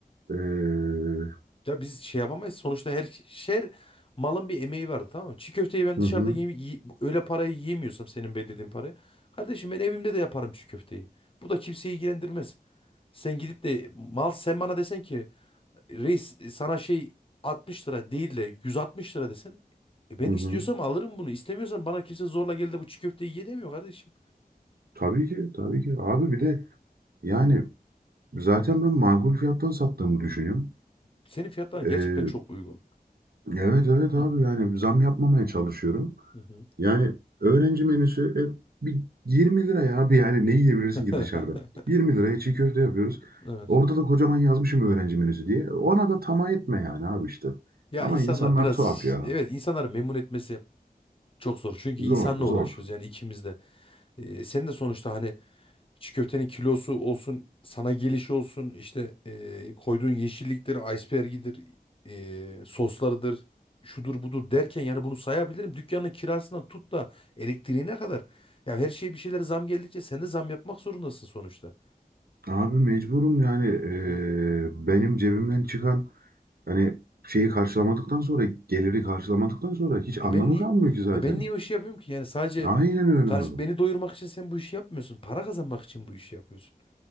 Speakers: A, on the right; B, on the left.
A: Ee, hı
B: Ya biz şey yapamayız. Sonuçta her şer malın bir emeği vardı tamam mı? Çiğ köfteyi ben
A: hı,
B: dışarıda yeme yi- öyle parayı yiyemiyorsam senin belirlediğin parayı. Kardeşim ben evimde de yaparım çiğ köfteyi. Bu da kimseyi ilgilendirmez. Sen gidip de mal sen bana desen ki reis e, sana şey 60 lira değil de 160 lira desen e, ben
A: hı
B: istiyorsam
A: hı.
B: alırım bunu. İstemiyorsam bana kimse zorla geldi bu çiğ köfteyi ye demiyor kardeşim.
A: Tabii ki tabii ki abi bir de yani
B: Hı
A: zaten
B: hı.
A: ben makul fiyattan sattığımı düşünüyorum.
B: Senin fiyatların
A: Ee,
B: gerçekten çok uygun.
A: evet evet abi
B: Hı hı.
A: yani zam yapmamaya çalışıyorum.
B: Hı hı.
A: Yani öğrenci menüsü e, bir 20 lira ya abi yani ne yiyebilirsin
B: <laughs>
A: ki dışarıda? 20 liraya çiğ köfte yapıyoruz.
B: Evet.
A: Orada da kocaman yazmışım öğrenci menüsü diye. Ona da tamah etme yani abi işte.
B: Ya
A: Ama
B: insanlar
A: insanlar
B: biraz
A: tuhaf
B: ş-
A: ya.
B: evet insanları memnun etmesi çok zor. Çünkü
A: Zor
B: insanla
A: zor.
B: uğraşıyoruz yani ikimiz de. Ee, sen de sonuçta hani çiğ köftenin kilosu olsun, sana gelişi olsun, işte e, koyduğun yeşillikleri, iceberg'idir, e, soslarıdır, şudur budur derken yani bunu sayabilirim. Dükkanın kirasından tut da elektriğine kadar. Ya her şeye bir şeylere zam geldikçe sen de zam yapmak zorundasın sonuçta.
A: Abi mecburum yani
B: Hı hı.
A: e, benim cebimden çıkan hani şeyi karşılamadıktan sonra geliri karşılamadıktan sonra hiç anlamı
B: E ben niye?
A: kalmıyor ki zaten.
B: E ben niye o işi yapıyorum ki? Yani sadece
A: Aynen öyle
B: Karış
A: abi.
B: beni doyurmak için sen bu işi yapmıyorsun. Para kazanmak için bu işi yapıyorsun.